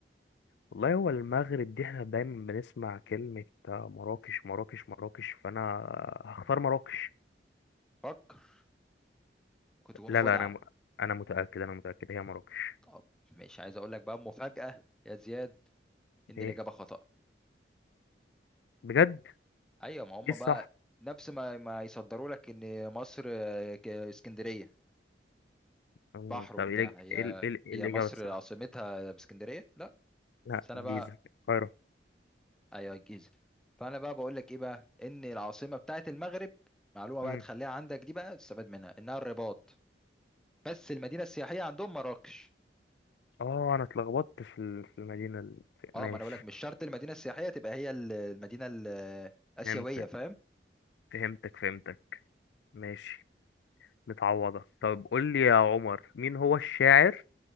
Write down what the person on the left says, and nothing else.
والله هو المغرب دي احنا دايما بنسمع كلمة مراكش مراكش مراكش فأنا هختار مراكش
لا
لا أنا أنا متأكد أنا متأكد هي مراكش
إيه
بجد
إيه الصح؟
أمم،
طب إيه الإج-
إيه ال- إيه ال- إيه
الإجابة
الصح؟
لا
الجيزة
القاهرة
أمم.
آه أنا اتلخبطت في ال- في المدينة ال- في-
ماشي
فهمتك
فهمتك فهمتك ماشي متعوضة طب قول لي يا عمر مين هو الشاعر